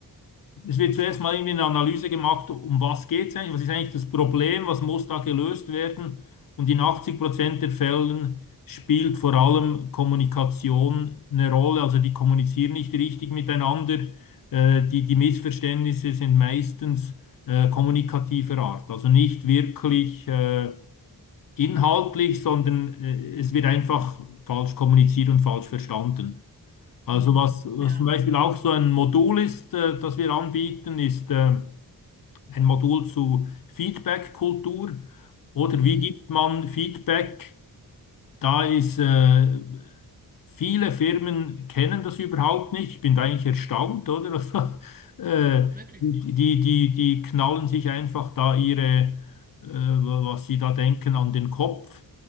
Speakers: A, on the left; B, on the right.
A: Es wird zuerst mal irgendwie eine Analyse gemacht, um was geht es eigentlich, was ist eigentlich das Problem, was muss da gelöst werden. Und in 80 Prozent der Fällen spielt vor allem Kommunikation eine Rolle. Also die kommunizieren nicht richtig miteinander. Äh, die, die Missverständnisse sind meistens äh, kommunikativer Art. Also nicht wirklich äh, inhaltlich, sondern äh, es wird einfach falsch kommuniziert und falsch verstanden. Also
B: Mhm.
A: was, was
B: Ja.
A: zum Beispiel auch so ein Modul ist, äh, das wir anbieten, ist äh, ein Modul zu Feedback-Kultur oder
B: Mhm.
A: wie gibt man Feedback? Da ist äh, viele Firmen kennen das überhaupt nicht. Ich bin da eigentlich erstaunt, oder? <laughs> Also, äh,
B: Ach, wirklich.
A: die, die, die knallen sich einfach da ihre, äh, was sie da denken, an den Kopf